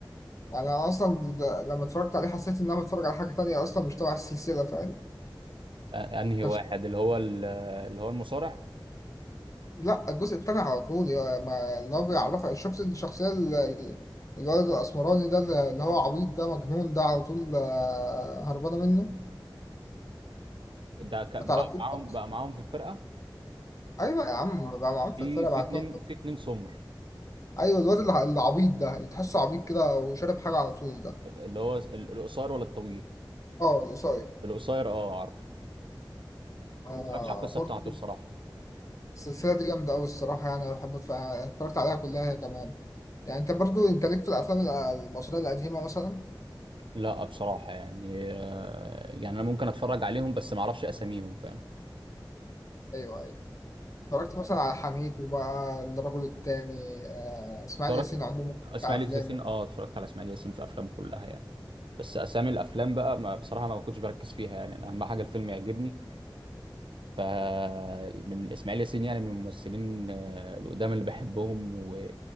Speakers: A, on the left (about 40°); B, on the right (about 80°).
A: يعني أنا أصلا ده- لما اتفرجت عليه حسيت إن أنا بتفرج على حاجة تانية أصلا مش تبع السلسلة فاهم
B: أ- انهي
A: كانش-
B: واحد اللي هو ال... اللي هو المصارع
A: لا الجزء التاني على طول يا- ما اللي هو بيعرفك شفت الشخصية ال- ال- الولد الأسمراني ده اللي اللي هو عبيط ده مجنون ده على طول آه، هربانة منه
B: ده ك...
A: ما
B: بقى
A: تعرفوش
B: معاهم
A: ده؟
B: بقى معاهم في الفرقه
A: ايوه يا عم بقى معاهم
B: في
A: في الفرقه
B: في
A: بعد
B: اتنين
A: كده
B: في اتنين سمر
A: ايوه الواد اللي اللي عبيط ده اللي تحسه عبيط كده وشارب حاجه على طول ده
B: اللي هو ال- القصير ولا الطويل
A: اه القصير
B: القصير اه عارفه
A: آه
B: ما اتفرجتش على القصه
A: برضه
B: بتاعته بصراحه
A: السلسله دي جامده قوي الصراحه يعني انا بحب أتف- اتفرجت عليها كلها هي كمان يعني انت برضه انت ليك في الافلام ال- المصريه القديمه مثلا
B: لا بصراحه يعني آه، يعني انا ممكن اتفرج عليهم بس ما اعرفش اساميهم فاهم
A: ايوه ايوه اتفرجت مثلا على حميد وبقى الرجل التاني آه اسماعيل
B: اتفرجت
A: ياسين عموما
B: اسماعيل
A: بتاع افلامه
B: ياسين اه اتفرجت على اسماعيل ياسين في افلامه كلها يعني بس اسامي الافلام بقى ما بصراحه ما كنتش بركز فيها يعني أنا اهم حاجه الفيلم يعجبني ف من اسماعيل ياسين يعني من الممثلين آه، القدام اللي بحبهم و...